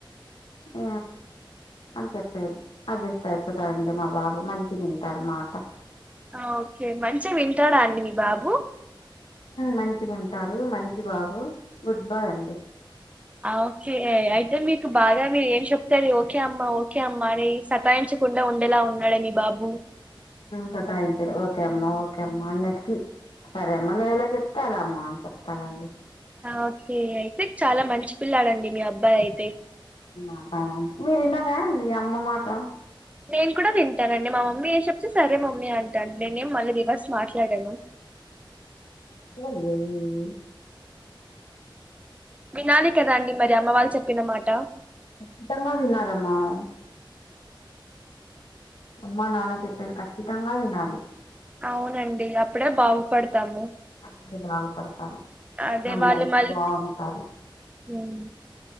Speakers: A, on the left; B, on the right.
A: ఆ అని చెప్పేది అడ్జస్ట్ అయిపోతా <unintelligible> మా బాబు మంచి తింటాడు మాట
B: ఆ ఓకే మంచిగ వింటాడ అండి మీ బాబు
A: మంచిగా ఉంటాడు మంచి బాబు గుడ్ బాయ్ అండి
B: ఓకే అయితే మీకు బాగ మీరు ఏం చెప్తారు ఓకే అమ్మా ఓకే అమ్మా అని సతాయ చె కుండ ఉండేలా ఉన్నాడే మీ బాబు
A: సాతయించాడు ఓకే అమ్ ఓకే అమ్మా అన్నిటికి సరే అమ్మ నువ్వు ఎలా చెప్తే అల అమ్మా అని చెప్తాండి
B: ఓకే అయితే చాల మంచి పిల్లాడండి మీ అబ్బాయి అయితే
A: అబ్బా మీరరా అండి అమ్మ మాట
B: నేను కూడ వింటానండి మా మమ్మీ ఏస చెప్తే సరే మమ్మీ అంటా అడి నేనేం మళ్ళీ రివర్స్ మాట్లాడాను
A: అమ్మా
B: వినాలి కదా అండి మరి అమ్మ వాళ్ళు చెప్పినమాట
A: <unintelligible> అమ్మా నాన్న చెప్పేది ఖచ్చితంగ వినాలి
B: అవునండి అప్పుడే బాగుపడుతాము
A: అప్పుడే బాగుపడతామ్
B: అదే
A: మన
B: వాళ్ళు
A: లైఫ్
B: మళ్ళీ
A: బాగుంటది
B: ఉమ్,